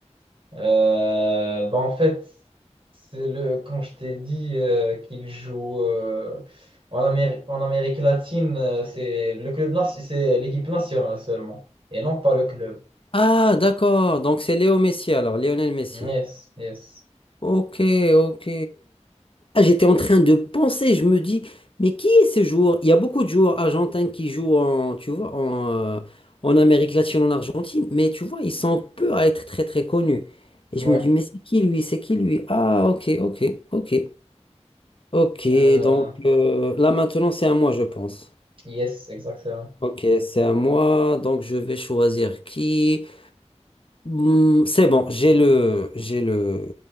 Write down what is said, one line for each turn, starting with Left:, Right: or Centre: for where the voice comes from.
Right: euh, bah, en fait, c'est le, quand je t'ai dit euh, qu'il joue euh, en Amérique, en Amérique latine, euh, c'est le club, nation- c'est l'équipe nationale seulement, et non pas le club.
Left: Ah, d'accord. Donc c'est Léo Messi, alors, Lionel Messi.
Right: Yes, yes.
Left: Ok, ok. Ah, j'étais en train de penser, je me dis, mais qui est ce joueur? Il y a beaucoup de joueurs argentins qui jouent en, tu vois, en, euh, en Amérique latine, en Argentine, mais tu vois, ils sont peu à être très très connus. Et
Right: Ouais.
Left: je me dis, mais c'est qui lui? C'est qui lui? Ah, ok, ok, ok. Ok,
Right: Euh,
Left: donc euh, là maintenant c'est à moi, je pense.
Right: yes, exactement.
Left: Ok, c'est à moi, donc je vais choisir qui. Hmm, c'est bon, j'ai le, j'ai le,